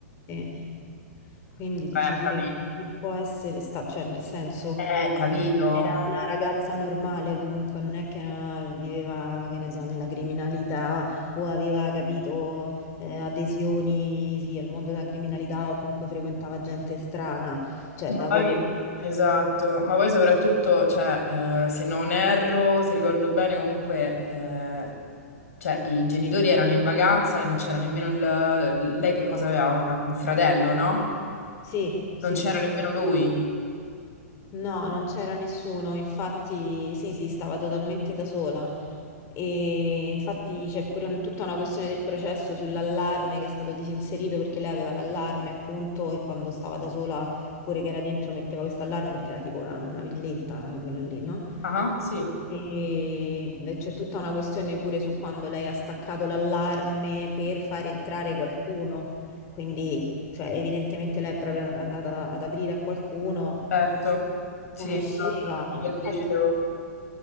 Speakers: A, on the left; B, on the left.
A: Sì. Quindi dici
B: Vai a
A: pure
B: capire.
A: chi chi può essere sta, cioè nel senso
B: Eh, capito.
A: era una ragazza normale, comunque non è che era- viveva, che ne so, nella criminalità o aveva, capito, eh, adesioni, sì, al mondo della criminalità o comunque frequentava gente strana, cioè
B: Ma
A: da
B: poi,
A: quello...
B: esatto, ma poi soprattutto, cioè, eh, se non erro, se ricordo bene, comunque, eh, cioè, i genitori erano in vacanza e non c'era nemmeno il... Lei che cosa aveva? Un fratello, no?
A: Sì, sì,
B: Non c'era
A: sì.
B: nemmeno lui.
A: No, non c'era nessuno, infatti sì, sì, stava totalmente da sola. E infatti c'è pure un- tutta una questione del processo sull'allarme che è stato disinserito perché lei aveva l'allarme appunto e quando stava da sola pure che era dentro metteva questo allarme perché era tipo una, una villetta eh, quella lì, no?
B: Ah, sì,
A: E e c'è tutta una questione pure su quando lei ha staccato l'allarme per far entrare qualcuno, quindi cioè, evidentemente lei è proprio andata ad aprire a qualcuno,
B: certo. Sì,
A: conosceva,
B: esatto,
A: ma
B: io ti
A: infatti
B: dicevo.